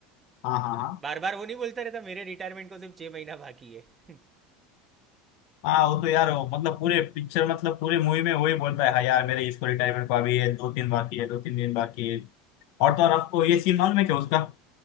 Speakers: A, on the left; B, on the right.
A: हाँ हाँ हाँ
B: बार बार वो नहीं बोलता रहता मेरे रिटायरमेंट को सिर्फ छः महीना बाकी है <laughs>
A: हाँ वो तो यार वो, मतलब पूरे पिक्चर मतलब पूरे मूवी में वही बोलता है हाँ यार मेरे इसको रिटायरमेंट को अभी है दो तीन बाकी है दो तीन दिन बाकी है और तो और आपको ये सीन मालूम है क्या उसका